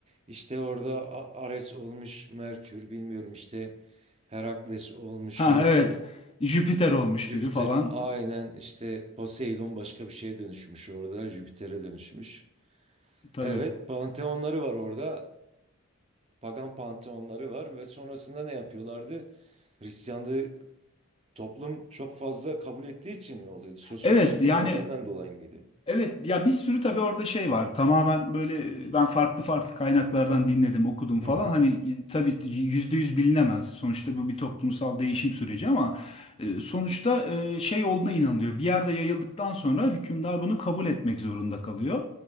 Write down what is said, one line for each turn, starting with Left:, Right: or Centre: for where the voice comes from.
Right: İşte orada A- Ares olmuş Merkür bilmiyorum işte Herakles olmuş
Left: Ha
Right: Herkül.
Left: evet Jüpiter olmuş
Right: Jüpiter
Left: biri falan
Right: aynen işte Poseidon başka bir şeye dönüşmüş orada. Jüpiter'e dönüşmüş.
Left: tabii.
Right: Evet panteonları var orada. Pagan panteonları var ve sonrasında ne yapıyorlardı? Hristiyanlığı toplum çok fazla kabul ettiği için ne oluyordu? Sosyolojik
Left: Evet yani
Right: bir nedenden dolayı mıydı?
Left: Evet ya bir sürü tabii orada şey var. Tamamen böyle e, ben farklı farklı kaynaklardan dinledim, okudum falan.
Right: Hı hı
Left: Hani e, tabii yüzde yüz bilinemez. Sonuçta bu bir toplumsal değişim süreci ama e, sonuçta e, şey olduğuna inanılıyor. Bir yerde yayıldıktan sonra hükümdar bunu kabul etmek zorunda kalıyor.